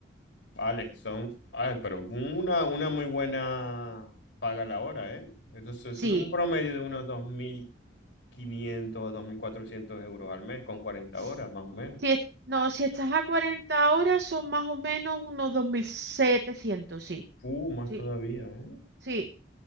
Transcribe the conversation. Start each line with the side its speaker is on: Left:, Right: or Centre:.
Left: vale, son, ah, pero una, una muy buena paga la hora, ¿eh? Eso, es eso
Right: Sí,
Left: es un promedio de unos 2.500 a cuatrocientos euros al mes, con 40
Right: s-
Left: horas, más o menos.
Right: si es- no, si estás a 40 horas son más o menos unos dos mil setecientos sí,
Left: Uh, más
Right: sí,
Left: todavía, ¿eh?
Right: sí.